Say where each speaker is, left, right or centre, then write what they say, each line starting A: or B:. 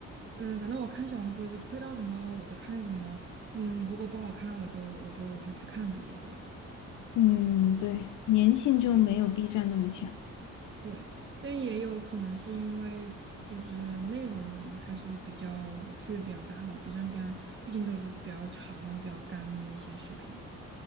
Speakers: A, on the right; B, on the left.
A: 嗯、反正我看小红书是推到什么我就看什么，嗯，如果不好看我就我就我就去看别的。
B: 嗯，对，粘性就没有 B 站那么强。
A: 对，但也有可能是因为就是内容还是比较区别比较大嘛，B 站边毕竟都是比较长然后比较干的那些视频。